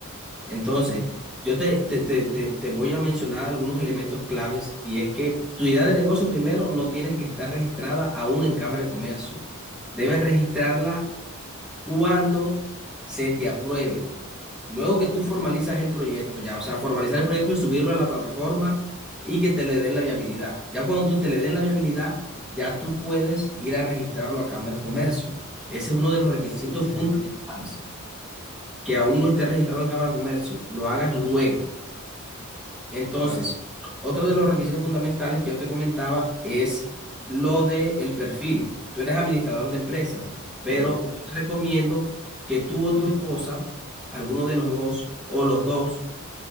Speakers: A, in the centre; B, on the left.
A: Entonces, yo te, te, te, te, te voy a mencionar algunos elementos claves y es que tu idea de negocio primero no tienes que estar registrada aún en Cámara de Comercio. Debes registrarla cuando se te apruebe. Luego que tú formalizas el proyecto ya, o sea, formalizar el proyecto y subirlo a la plataforma y que te le den la viabilidad. Ya cuando tú te le den la viabilidad, ya tú puedes ir a registrarlo a Cámara de Comercio. Ese es uno de los requisitos
B: Ok,
A: fundamentales, que aún no esté registrado en Cámara de Comercio, lo hagas luego. Entonces,
B: claro,
A: otro de los requisitos fundamentales que yo te comentaba es lo de el perfil. Tú eres administrador de empresas, pero
B: correcto.
A: yo te recomiendo que tú o tu esposa, alguno de los dos o los dos,